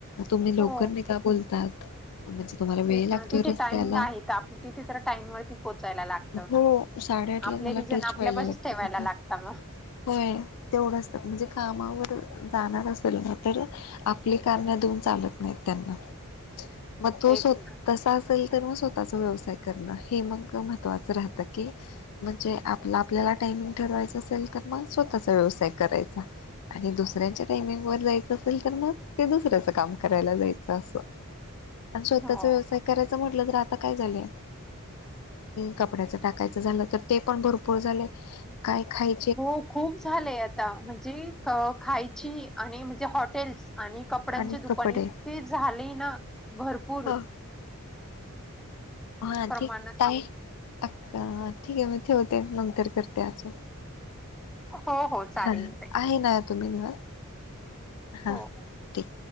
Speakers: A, on the left (about 80°); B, in the centre.
A: तुम्ही लवकर
B: हो
A: निघा बोलतात म्हणजे तुम्हाला
B: तेच
A: वेळ लागतोय
B: ना तिथे
A: रस्त्याला
B: टाइमिंग आहे तर आप तिथे तर टाइमवरती. पोचायला लागत,
A: हो साडेआठ लाच
B: आपले
A: मला
B: रिझन
A: टच
B: आपल्यापशीच
A: व्हायला लागत
B: ठेवायला
A: तिथं
B: लागता मग
A: होय तेवढंत, म्हणजे कामावर जाणार असेल ना तर आपली कारण देऊन चालत नाहीत त्यांना मग तो
B: तेच
A: स्व
B: ना.
A: तसा असेल तर मग स्वतःचा व्यवसाय करणं हे मग म्ह तो असं राहतं की, म्हणजे आप आपल्याला टायमिंग ठरवायचं असेल तर मग स्वतःचा व्यवसाय करायचा आणि दुसऱ्यांच्या टाइमिंग वर जायचं असेल तर मग ते दुसऱ्याचं काम करायला जायचं असं आणि स्वतःचा
B: हो.
A: व्यवसाय करायचा म्हटलं तर आता काय झालंय. कपड्याच टाकायचं झालं तर ते पण भरपूर झालेय. काय खाई
B: हो खूप झालंय आता म्हणजे खायची आणि म्हणजे हॉटेल्स आणि कपड्यांचे
A: आणि
B: दुकान
A: कपडे
B: इतके झाले ना भरपूर
A: हा. हा
B: प्रमाणात
A: ठीक ताई आक्का ठीक आहे मी ठेवते नंतर करते अजून
B: हो हो चालेल
A: हा
B: ते
A: आहे ना तुम्ही निवात हा
B: हो.
A: ठीक.